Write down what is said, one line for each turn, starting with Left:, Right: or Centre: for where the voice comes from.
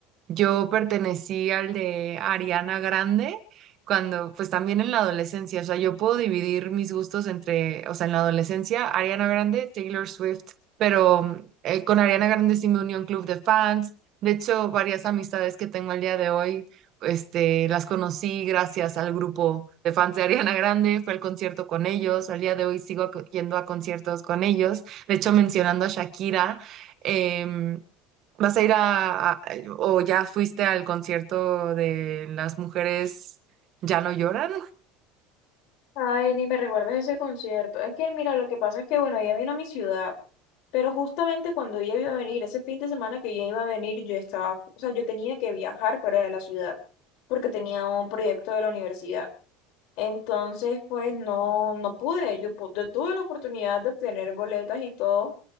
Right: yo pertenecí al de Ariana Grande cuando, pues también en la adolescencia, o sea, yo puedo dividir mis gustos entre, o sea, en la adolescencia, Ariana Grande, Taylor Swift, pero mm, eh, con Ariana Grande sí me unió un club de fans. De hecho, varias amistades que tengo al día de hoy, este, las conocí gracias al grupo de fans de Ariana Grande, fue al concierto con ellos, al día de hoy sigo acu- yendo a conciertos con ellos. De hecho, mencionando a Shakira. em, ¿Vas a ir a, a- o ya fuiste al concierto de Las Mujeres Ya No Lloran?
Left: Ay, ni me recuerdes ese concierto. Es que, mira, lo que pasa es que, bueno, ella vino a mi ciudad, pero justamente cuando ella iba a venir, ese fin de semana que ella iba a venir, yo estaba, o sea, yo tenía que viajar fuera de la ciudad, porque tenía un proyecto de la universidad. Entonces, pues no, no pude. Yo, pu- yo tuve la oportunidad de obtener boletas y todo,